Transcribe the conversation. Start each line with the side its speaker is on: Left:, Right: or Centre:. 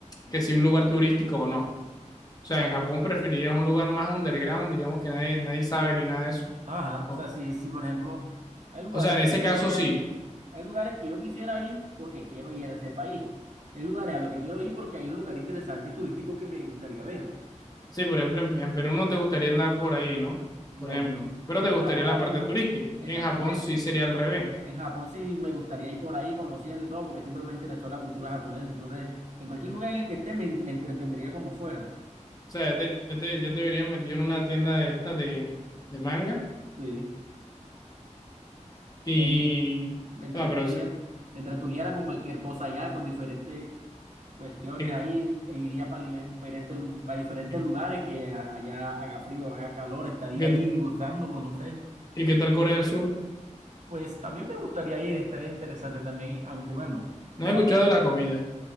Left: que si un lugar turístico o no. O sea, en Japón preferirías un lugar más underground, digamos que nadie, nadie sabe ni nada de eso.
Right: Ajá,
Left: O,
Right: o sea, sí, sí, por ejemplo, hay lugares
Left: o sea, en
Right: que
Left: ese
Right: yo quisiera
Left: caso sí,
Right: ir, hay lugares que yo quisiera ir porque quiero ir a ese país. Hay lugares a los que quiero ir porque hay un lugar interesante turístico que me gustaría ver.
Left: Sí, por ejemplo, en, en Perú no te gustaría andar por ahí, ¿no?
Right: No,
Left: Por ejemplo, pero
Right: como
Left: te gustaría
Right: está por
Left: la
Right: ahí,
Left: parte
Right: no,
Left: turística.
Right: exactamente.
Left: Y en Japón sí sería al revés.
Right: En Japón sí me gustaría ir por ahí conociendo y todo porque siempre me interesó la cultura japonesa. Entonces, en cualquier lugar en el que esté me, me entretendría como fuera.
Left: O sea, ya te, ya te, ya te vería metido en una tienda de estas de, de manga
Right: Sí,
Left: y...
Right: me, me entretuviera,
Left: Ah, pero, o sea,
Right: me entretuviera con cualquier cosa allá, con diferentes cuestiones
Left: ¿y,
Right: ahí, e iría para diferentes, lu- para diferentes
Left: y
Right: lugares que a- allá haga frío, haga calor, estaría
Left: qué,
Right: ahí gozándolo, no sé.
Left: y qué tal Corea del Sur?
Right: Pues también me gustaría ir, estaría interesante también, ir, aunque bueno,
Left: No
Right: la,
Left: he escuchado
Right: cu-
Left: de la comida.